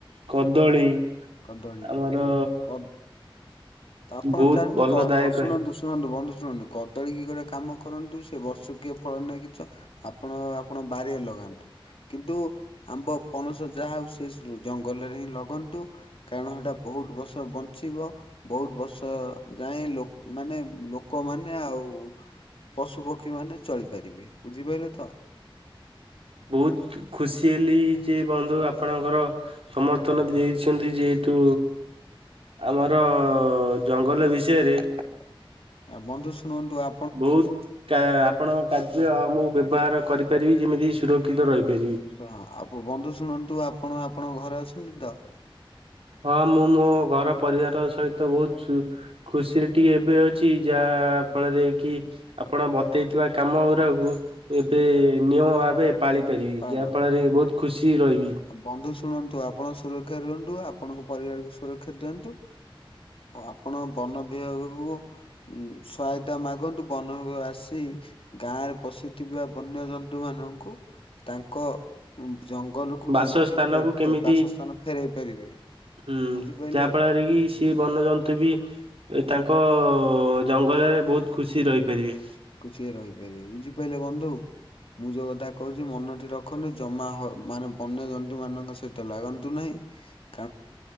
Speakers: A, on the right; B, on the left.
A: କଦଳୀ।
B: ଆଜ୍ଞା, କଦଳୀ
A: ଆମର
B: କଦଳୀ ଆପଣ
A: ବହୁତ
B: ଜାଆନ୍ତୁ
A: ଭଲ
B: କ-କ
A: ଦାୟକ
B: ଶୁଣନ୍ତୁ। ଶୁଣନ୍ତୁ ବନ୍ଧୁ ଶୁଣନ୍ତୁ କଦଳୀ କି ଗୋଟେ କାମ କରନ୍ତୁ। <unintelligible> ସେ ଗଛରୁ କିଏ ଫଳ ନେଇଚକି ଚ ଆପଣ ଆପଣ ବାରିରେ ଲଗାନ୍ତୁ। କିନ୍ତୁ ଆମ୍ବ ପଣସ ଯାହା ହୋଉ ସେ ଜଙ୍ଗଲରେ ହିଁ ଲଗୋନ୍ତୁ କାରଣ ହେଟା ବୋହୁତ ବର୍ଷ ବଞ୍ଚିବ। ବୋହୁତ ବର୍ଷ ଯାଏଁ ଲୋ ମାନେ ଲୋକମାନେ ଆଉ। ପଶୁ ପକ୍ଷୀମାନେ ଚଳିପାରିବେ ବୁଝିପାଇଲେ ତ।
A: ବୋହୁତ ଖୁସି ହେଲି ଯେ ବନ୍ଧୁ ଆପଣଙ୍କର ସମର୍ଥନ ଦେଇଛନ୍ତି ଯେହେତୁ ଆମର ଜଙ୍ଗଲ ବିଷୟରେ
B: ଆ ବନ୍ଧୁ ଶୁଣନ୍ତୁ ଆ
A: ବୋହୁତ କା ଆପଣଙ୍କ କାର୍ଯ୍ୟ ମୁଁ ବ୍ୟବହାର କରିପାରିବି ଯେମିତି ସୁରକ୍ଷିତ ରହିପାରିବି।
B: ହଁ ଆ ବନ୍ଧୁ ଶୁଣନ୍ତୁ, ଆପଣ ଆପଣଙ୍କ ଘରେ ଅଛନ୍ତି ତ?
A: ହଁ ମୁଁ ମୋ ଘର ପରିବାର ସହିତ ବୋହୁତ ସୁ ଖୁସିରେ ଟିକେ ଏବେ ଅଛି ଯାହା ଫଳରେ କି। ଆପଣ ବତେଇଥିବା କାମ ଗୁଡାକୁ ଏବେ ନିୟମ ଭାବେ ପାଳିପାରିବି
B: ପାଳନ
A: ଯାହାଫଳରେ
B: କରି?
A: ବହୁତ ଖୁସି ରହିବି।
B: ବନ୍ଧୁ ଶୁଣନ୍ତୁ ଆପଣ ସୁରକ୍ଷା ରୁହନ୍ତୁ ଆପଣଙ୍କ ପରିବାରକୁ ସୁରକ୍ଷା ଦିଅନ୍ତୁ। ଆପଣ ବନ ବିଭାଗକୁ ସହାୟତା ମାଗନ୍ତୁ ବନ ଆସି ଗାଁରେ ପଶିଥିବା ବନ୍ୟଜନ୍ତୁମାନାନଙ୍କୁ ତାଙ୍କ ଜଙ୍ଗଲକୁ
A: ବାସସ୍ଥାନକୁ
B: କେମିତି ଫେ
A: କେମିତି
B: ଫେରେ ବାସସ୍ଥାନ ଫେରାଇ ପାରିବେ।
A: ହୁଁ
B: ବୁଝିପାରିଲେ
A: ଚାହାପଳାରେରେ କି। କିଏ ବନ୍ୟଜନ୍ତୁ ବି ତାଙ୍କ ଜଙ୍ଗଲରେ ବହୁତ ଖୁସି ରହିପାରିବେ।
B: ଛିିଏ ରହିପାରିବେ ବୁଝିପାରିଲେ ବନ୍ଧୁ। ମୁଁ ଯଉ କଥା କହୁଚି ମନଟି ରଖନ୍ତୁ ଜମା ହ ମାନେ ବନ୍ୟଜନ୍ତୁମାନାନଙ୍କ ସହିତ ଲାଗନ୍ତୁ ନାହିଁ। <unintelligible>